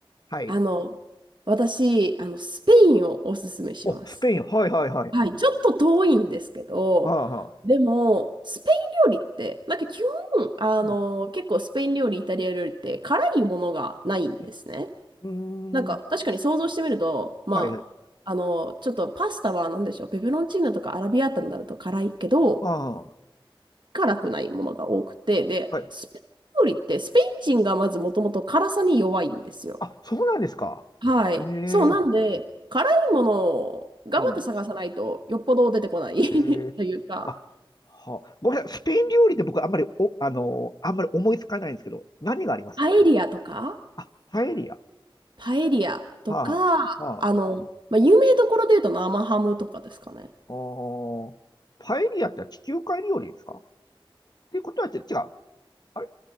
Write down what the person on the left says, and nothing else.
はい。
お、スペイン。はいはいはい。
ああ、はあ
うん。
うん。
うーん。
はいはい。
あ
あ、はい。
あ、そうなんですか。
ええ、
うん。
ええ。
あ、はあ。ごめんなさい。スペイン料理って僕あんまり、お、あのーあんまり思いつかないんですけど、何があります
あ、パエリア。
はあ、はあ。
おーパエリアって地中海料理ですかっていうことはち違う。あれ